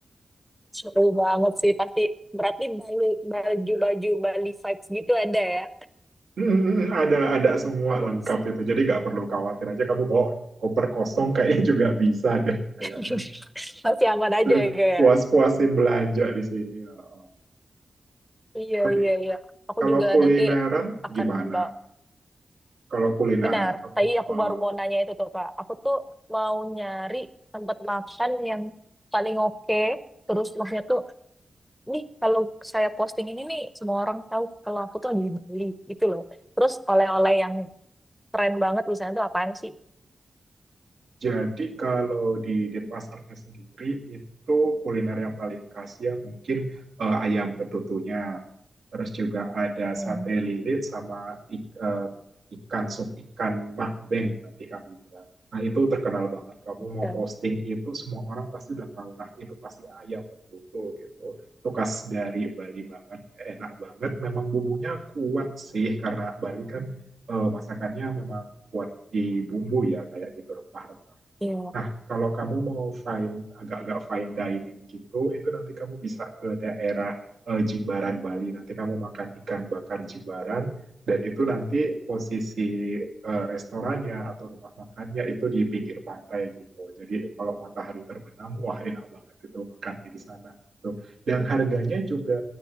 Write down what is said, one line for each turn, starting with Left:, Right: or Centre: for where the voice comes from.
Centre: seru banget sih pasti. Berarti Bali- baju-baju Bali vibes gitu ada ya?
Right: Hmm, hmm, hmm, ada ada semua
Centre: Terus,
Right: lengkap itu jadi nggak perlu khawatir aja kamu bawa koper kosong <laughs> kayaknya juga bisa deh kayaknya
Centre: <laughs> Masih aman aja
Right: <laughs>
Centre: ya kayak.
Right: puas-puasin
Centre: ya?
Right: belanja di sini ya. oh.
Centre: Iya,
Right: tapi
Centre: iya, iya. Aku
Right: kalau
Centre: juga
Right: kulineran
Centre: nanti akan
Right: gimana
Centre: bawa.
Right: kalau kulineran
Centre: Benar,
Right: kamu
Centre: tadi aku
Right: eh,
Centre: baru mau nanya itu tuh Kak. Aku tuh mau nyari tempat makan yang paling oke. Terus maksudnya tuh nih kalau saya posting ini nih semua orang tahu kalau aku tuh lagi di Bali gitu loh. Terus oleh-oleh yang keren banget di sana tuh apaan sih?
Right: Jadi kalau di Denpasarnya sendiri itu kuliner yang paling khas ya mungkin eh, ayam betutunya. Terus juga ada
Centre: Mm-mm.
Right: sate lilit sama ik- eh, ikan sup ikan makbeng nanti kami bilang. Nah itu terkenal banget. Kamu mau
Centre: Ya,
Right: posting itu semua orang pasti udah tahu. Nah itu pasti ayam betutu gitu. Itu khas dari Bali banget. Enak banget. Memang bumbunya kuat sih karena Bali kan eh, masakannya memang kuat dibumbui ya kayak gitu rempah-rempah
Centre: iya.
Right: Nah, kalau kamu mau fine agak-agak fine dining gitu, itu nanti kamu bisa ke daerah eh, Jimbaran Bali. Nanti kamu makan ikan bakar Jimbaran dan itu nanti posisi eh, restorannya atau rumah makannya itu di pinggir pantai gitu. Jadi kalau matahari terbenam, wah enak banget itu makannya di sana. Tuh. Dan harganya juga